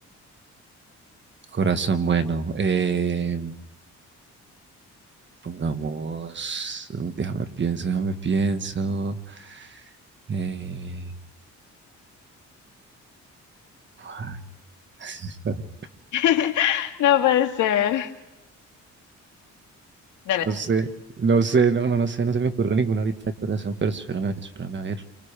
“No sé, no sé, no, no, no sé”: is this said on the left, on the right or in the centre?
Right